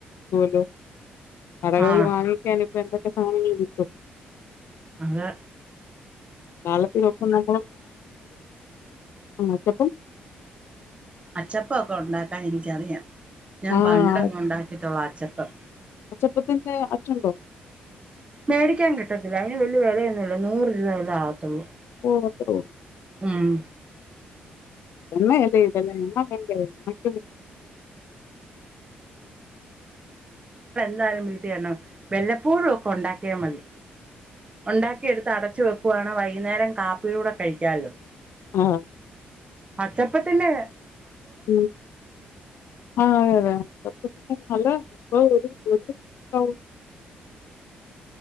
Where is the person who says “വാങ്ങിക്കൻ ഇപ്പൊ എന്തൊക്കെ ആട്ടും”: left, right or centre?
Left